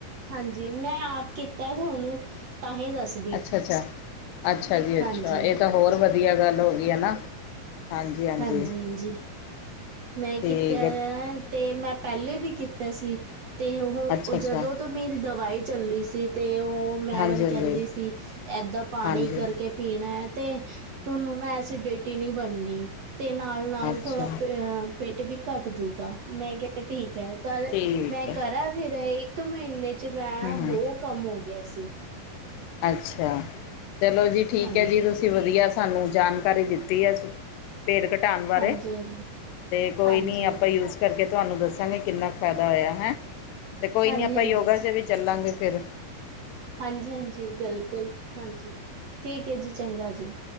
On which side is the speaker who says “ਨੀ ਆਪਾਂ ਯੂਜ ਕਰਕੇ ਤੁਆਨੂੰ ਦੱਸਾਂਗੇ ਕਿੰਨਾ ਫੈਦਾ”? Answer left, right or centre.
Left